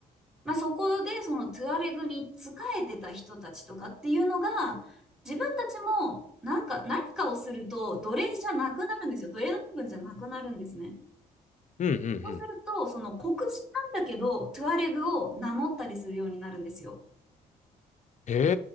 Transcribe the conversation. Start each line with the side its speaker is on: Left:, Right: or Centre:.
Centre: まあ、そこで、そのトゥアレグに仕えてた人たちとかっていうのが、自分たちも、なんか、何かをすると、奴隷じゃなくなるんですよ。奴隷の部分じゃなくなるんですね。
Left: うんうんうん。
Centre: そうすると、その黒人なんだけど、トゥアレグを名乗ったりするようになるんですよ。
Left: へ